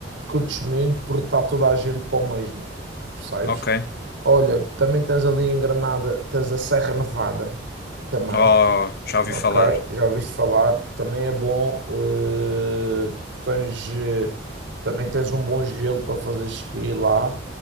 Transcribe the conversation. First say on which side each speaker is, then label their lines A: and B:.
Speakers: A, on the right (about 80°); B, on the left (about 55°).
A: curtes muito porque está toda a gente para o mesmo, percebes?
B: ok.
A: Olha, também tens ali em Granada, tens a Serra Nevada, também.
B: Oh, já ouvi
A: Ok,
B: falar.
A: já ouviste falar. Também é bom. eh, tu tens, eh, também tens um bom gelo para fazer esqui lá.